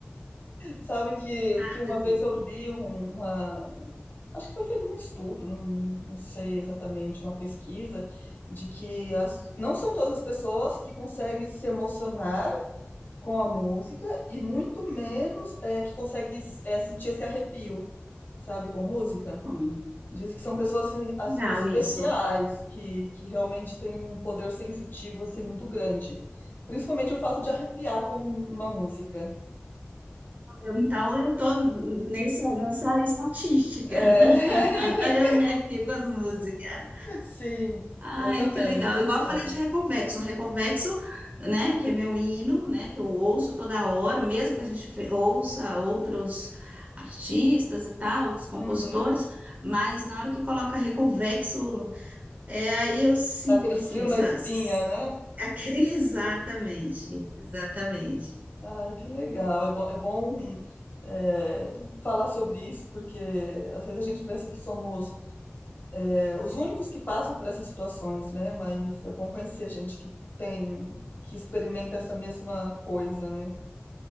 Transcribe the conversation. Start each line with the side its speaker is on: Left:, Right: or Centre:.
Left: Sabe que,
Right: nada
Left: que uma
Right: disso.
Left: vez eu li um- uma. Acho que foi feito um estudo, não, não sei exatamente, uma pesquisa, de que as, não são todas as pessoas que conseguem se emocionar com a música e muito menos é, que conseguem é, sentir esse arrepio, sabe, com música.
Right: Bom,
Left: Dizem que são pessoas assim, assim,
Right: legal
Left: especiais,
Right: isso.
Left: que, que realmente têm um poder sensitivo assim, muito grande. Principalmente o fato de arrepiar com uma música.
Right: Eu- então eu tô nessa, nessa estatística.
Left: É,
Right: <laughs>
Left: <laughs>
Right: Aí Eu me arrepio com as músicas.
Left: <laughs> Sim,
Right: Ai,
Left: eu também.
Right: que legal. Igual eu
Left: É.
Right: falei de Reconvexo. Reconvexo, né, que é meu hino, né, que eu ouço toda hora, mesmo que a gente fe- ouça outros artistas e tal, outros compositores,
Left: Uhum.
Right: mas na hora que coloca Reconvexo, É, aí eu sinto,
Left: Dá aquele
Right: assim,
Left: frio
Right: essa,
Left: na espinha,
Right: essas...
Left: né?
Right: <laughs> Exatamente, exatamente.
Left: Ai, que legal. É bom, é bom é, falar sobre isso, porque às vezes a gente pensa que somos é, os únicos que passam por essas situações, né? Mas é bom conhecer gente que tem, que experimenta essa mesma coisa, né?